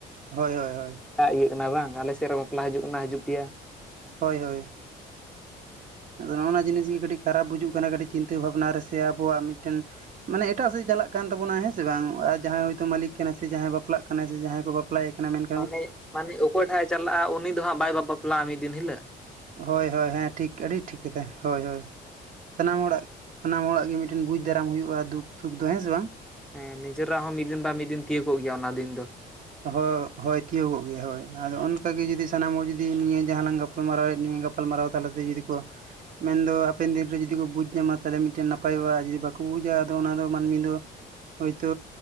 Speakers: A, on the right; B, in the centre.
A: ᱦᱳᱭ ᱦᱳᱭ ᱦᱳᱭ
B: ᱮᱟᱜ ᱤᱭᱤᱭᱟᱹ ᱠᱟᱱᱟ ᱵᱟᱝ ᱟᱞᱮᱥᱮᱫ ᱨᱮ ᱵᱟᱯᱞᱟ ᱦᱤᱡᱩᱜ ᱠᱟᱱᱟ ᱦᱤᱡᱩᱜ ᱯᱮᱭᱟ
A: ᱦᱳᱭ ᱦᱳᱭ ᱟᱫᱚ ᱱᱚᱜᱼ ᱱᱚᱣᱟ ᱡᱤᱱᱤᱥ ᱜᱮ ᱠᱟᱹᱴᱤᱡ ᱠᱷᱟᱨᱟᱯ ᱵᱩᱡᱩᱜ ᱠᱟᱱᱟ ᱠᱟᱹᱴᱤᱡ ᱪᱤᱱᱛᱟᱹ ᱵᱷᱟᱵᱱᱟ ᱨᱮ ᱥᱮ ᱟᱵᱚᱣᱟᱜ ᱢᱤᱫᱴᱮᱱ ᱢᱟᱱᱮ ᱮᱴᱟᱜ ᱥᱮᱫ ᱪᱟᱞᱟᱜ ᱠᱟᱱ ᱛᱟᱵᱚᱱᱟ ᱦᱮᱸ ᱥᱮ ᱵᱟᱝ ᱟᱨ ᱡᱟᱦᱟᱸᱭ ᱦᱳᱭᱛᱳ ᱢᱟᱹᱞᱤᱠ ᱠᱟᱱᱟᱭ ᱥᱮ ᱡᱟᱦᱟᱸᱭ ᱵᱟᱯᱞᱟᱜ ᱠᱟᱱᱟᱭ ᱥᱮ ᱡᱟᱦᱟᱸᱭ ᱠᱚ ᱯᱞᱟᱭᱨ ᱠᱟᱱᱟ ᱢᱮᱱ
B: ᱢᱟᱱᱮ ᱢᱟᱱᱮ ᱚᱠᱚᱭ ᱴᱷᱟᱜᱼ ᱮ ᱪᱟᱞᱟᱜᱼᱟ ᱩᱱᱤ ᱫᱚ ᱦᱟᱸᱜ ᱵᱟᱭ ᱵᱟᱯᱞᱟᱜᱼᱟ ᱢᱤᱫ ᱫᱤᱱ ᱦᱤᱞᱟᱜ
A: ᱦᱳᱭ ᱦᱳᱭ ᱦᱮᱸ ᱴᱷᱤᱠ ᱟᱹᱰᱤ ᱴᱷᱤᱠ ᱠᱟᱛᱷᱟ ᱦᱳᱭ ᱦᱳᱭ ᱥᱟᱱᱟᱢ ᱦᱚᱲᱟᱜ ᱥᱟᱱᱟᱢ ᱦᱚᱲᱟᱜ ᱜᱮ ᱢᱤᱫᱴᱮᱱ ᱵᱩᱡ ᱫᱟᱨᱟᱢ ᱦᱩᱭᱩᱜᱼᱟ ᱫᱩᱠ ᱥᱩᱠ ᱫᱚ ᱦᱮᱸ ᱥᱮ ᱵᱟᱝ
B: ᱦᱮᱸ ᱱᱤᱡᱮᱨᱟᱜ ᱦᱚᱸ ᱢᱤᱫ ᱫᱤᱱ ᱵᱟ ᱢᱤᱫ ᱫᱤᱱ ᱛᱤᱭᱟᱜᱳᱜ ᱜᱮᱭᱟ ᱚᱱᱟ ᱫᱤᱱ ᱫᱚ
A: ᱦᱭ ᱦᱳᱭ ᱛᱤᱭᱳᱜᱚᱜ ᱜᱮᱭᱟ ᱦᱳᱭ ᱟᱫᱚ ᱚᱱᱠᱟ ᱜᱮ ᱡᱩᱫᱤ ᱥᱟᱱᱟᱢ ᱦᱚᱲ ᱡᱩᱫᱤ ᱱᱤᱭᱟᱹ ᱡᱟᱦᱟᱸ ᱞᱟᱝ ᱜᱟᱯ ᱜᱟᱯᱟᱞᱢ ᱢᱟᱨᱟᱣᱮᱫ ᱞᱤᱧ ᱜᱟᱯᱟᱞ ᱢᱟᱨᱟᱣ ᱛᱟᱞᱟᱛᱮ ᱡᱩᱫᱤ ᱠᱚ ᱢᱮᱱ ᱫᱚ ᱦᱟᱯᱮᱱ ᱫᱤᱱ ᱨᱮ ᱡᱩᱫᱤ ᱠᱚ ᱵᱩᱡᱽ ᱧᱟᱢᱟ ᱛᱟᱦᱚᱞᱮ ᱢᱤᱫᱴᱮᱱ ᱱᱟᱯᱟᱭᱚᱜᱼᱟ ᱟᱨ ᱡᱩᱫᱤ ᱵᱟᱠᱚ ᱵᱩᱡᱟ ᱟᱫᱚ ᱚᱱᱟ ᱫᱚ ᱢᱟᱹᱱᱢᱤ ᱫᱚ ᱦᱳᱭᱛᱳ